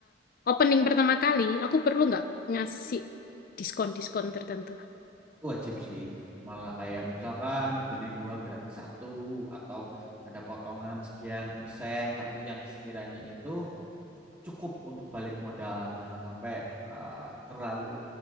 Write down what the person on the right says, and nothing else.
Itu wajib sih. Malah kayak misalkan beli dua gratis satu atau ada potongan sekian persen, tapi yang sekiranya itu cukup untuk balik modal. Jangan sampai uh, terlalu